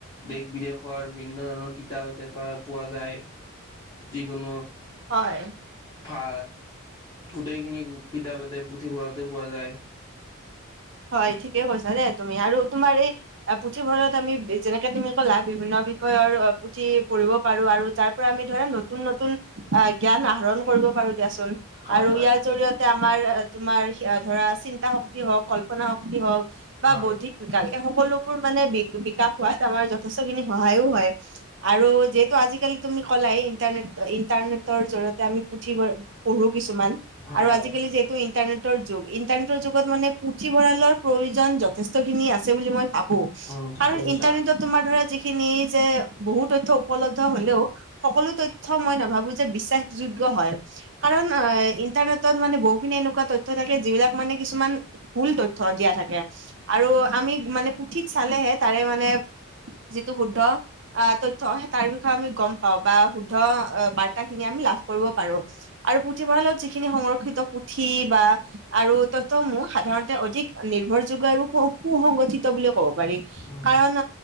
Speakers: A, on the left; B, on the right.
A: দেশ বিদেশ দেশৰ বিভিন্ন ধৰণৰ কিতাপ তাতে প পোৱা যায় যিকোনো।
B: হয়
A: ভ গোটেইখিনি কিতাপ এতে পুথিভঁৰালতে পোৱা যায়
B: হয় ঠিকে কৈছা দেই তুমি আৰু তুমাৰ এই পুথিভঁৰালত আমি যেনেকে তুমি ক'লা বিভিন্ন বিষয়ৰ পুথি পঢ়িব পাৰো আৰু তাৰ পৰা আমি ধৰা নতুন নতুন অ জ্ঞান আহৰণ কৰিব পাৰো দিয়াচোন
A: হয়
B: আৰু
A: হয়
B: ইয়াৰ জৰিয়তে আমাৰ তোমাৰ ধৰা চিন্তা শক্তি হওক কল্পনা শক্তি হওক বা
A: হয়
B: বৌদ্ধিক বিকাশ এই সকলো মানে বি বিকাশ হোৱাত আমাৰ যথেষ্ট খিনি সহায়ো হয় আৰু যিহেতু আজিকালি তুমি কলা নে ইণ্টাৰনেটৰ জৰিয়তে আমি পুথি পঢ়ো কিছুমান
A: হয়
B: আৰু
A: হয়
B: আজিকালি যিহেতু ইন্টাৰনেটৰ যুগ ইন্টাৰনেটৰ যুগত মানে পুথিভঁৰালৰ প্ৰয়োজন যথেষ্ট খিনি আছে বুলি মই থ
A: উম ঠিকে
B: কাৰণ
A: কৈছা
B: ইণ্টাৰনেটত তোমাৰ ধৰা যে <unintelligible> খিনি যে বহু তথ্য উপলব্ধ হলেও সকলো তথ্য মই নাভাবো যে বিশ্বাসযোগ্য কাৰণ ইন্টাৰনেটত মানে বহুতখিনি এনেকুৱা তথ্য থাকে যিবিলাক মানে কিছুমান ভুল তথ্য দিয়া থাকে আৰু আমি মানে পুথিত চালেহে তাৰে মানে যিটো শুদ্ধ আহ তথ্য তাৰ বিষয়ে আমি গম পাও বা শুদ্ধ বাৰ্তাখিনি আমি লাভ কৰিব পাৰো আৰু পুথিভঁৰালত যিখিনি সংৰক্ষিত পুথি বা আৰু তথ্যসমূহ সাধাৰণতে অধিক নিৰ্ভৰযোগ্য আৰু সু সংগঠিত বুলি ক'ব পাৰি
A: উম
B: কাৰণ